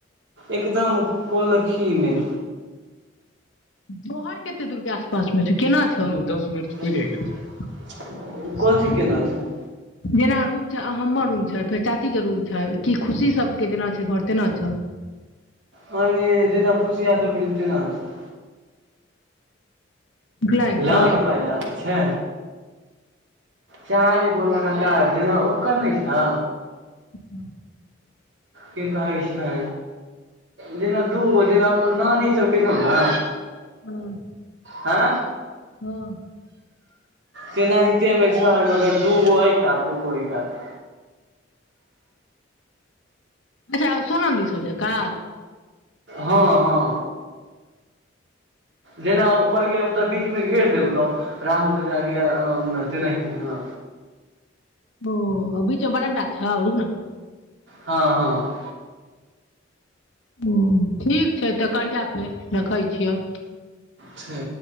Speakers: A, on the right; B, on the left.
A: एकदम कोलखीमे।
B: तोहर कते दूर के आसपास मे छौ केना छौ दस मिनट।
A: ओ
B: पुरि गेल छै
A: कथी
B: सेकेंड
A: केना छै? <inaudible>
B: जेना रूम छै आ हमर रूम छै फेर चाची के रूम छै की खुशी सबके जेना छै घर तेना छौ
A: मने जेना खुशिया सब के छै तेना छै।
B: उपनयन
A: लग
B: सँ
A: भाय लग छै चारि गो लगा तार जेना ओकर नहि छ।
B: ह ह
A: की कहै छै? जेना दूगो जेना अपन नानी सबके छौ ना।
B: हँ।
A: हे।
B: हँ।
A: तेनाहितेमे छै मगर दूगो एहि कात दूगो एहि कात।
B: अच्छा सोनम दी सब जकाँ?
A: हँ हँ जेना ओ पहिले ओ तऽ बीचमे घेर देलकौ राहुल जका तेनाहिते हँ।
B: ओ और बीच में बरंडा छौ? रुक ना।
A: हँ हँ।
B: ओ ठीक छै तऽ करिह फेर रखइ छियऽ।
A: छै।